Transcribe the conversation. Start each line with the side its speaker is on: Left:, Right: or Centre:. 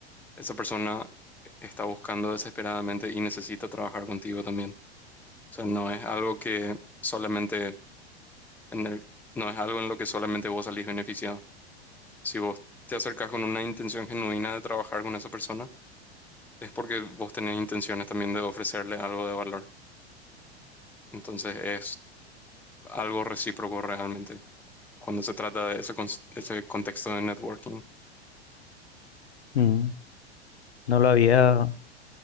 Centre: esa persona está buscando desesperadamente y necesita trabajar contigo también. O sea, no es algo que solamente en el- no es algo en lo que solamente vos salís beneficiado. Si vos te acercás con una intención genuina de trabajar con esa persona, es porque vos tenés intenciones también de ofrecerle algo de valor. Entonces es algo recíproco realmente cuando se trata de ese, cons- ese contexto de networking.
Left: Mm, No lo había,